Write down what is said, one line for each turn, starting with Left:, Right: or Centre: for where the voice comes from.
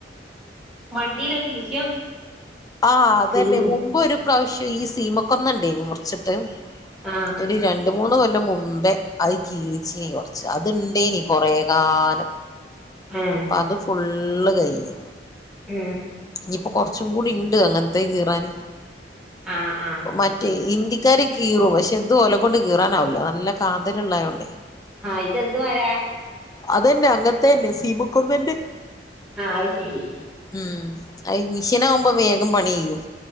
Centre: വണ്ടിലൊരു മിഷം
Left: ആ അതന്നെ
Centre: <unintelligible>
Left: മുമ്പ് ഒരു പ്രാവശ്യം ഈ സീമക്കൊന്ന ഇണ്ടേന് മുർച്ച്ട്ട്
Centre: ആഹ്
Left: <unintelligible> ണ്ട് മൂന്ന് കൊല്ലം മുമ്പേ അത് കീറിചെനി കൊർച്ച് അത്ണ്ടേനി കൊറെ കാലം
Centre: ആഹ്
Left: അപ്പത് ഫുള് ഇള്ള് കയ്ഞ്
Centre: ഉം
Left: ഇപ്പോ കൊറച്ചും കൂടി ഇണ്ട് അങ്ങനത്തെ കീറാന്
Centre: ആഹ് ആഹ്
Left: മറ്റേ ഇന്തി ഇക്കാന് കീറും പക്ഷെ ഇതും ഒല കൊണ്ട് കീറാനാവില്ല നല്ല കാന്തൽ ഉള്ളായൊണ്ടെ
Centre: ആ ഇതെന്ത് മര
Left: അതന്നെ അങ്ങനത്തെന്നെ സീമക്കൊന്നന്റെ
Centre: ആ അയ് ശരി
Left: ഉം അ മിഷീൻ ആവുമ്പോ വേഗം പണി ചെയ്യും